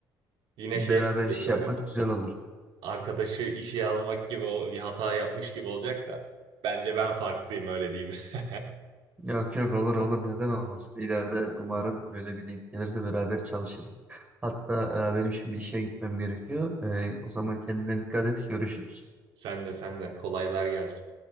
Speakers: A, on the right; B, on the right.
A: Yine
B: Beraber
A: şeye dönecek
B: iş
A: böyle.
B: yapmak güzel olur.
A: Arkadaşı işe almak gibi o bir hata yapmış gibi olacak da. Bence ben farklıyım öyle diyeyim. <laughs>
B: Yok yok olur olur neden olmasın. İleride umarım öyle bir denk gelirse beraber çalışırız. Hatta e, benim şimdi işe gitmem gerekiyor. E, o zaman kendine dikkat et görüşürüz.
A: Sen de sen de kolaylar gelsin.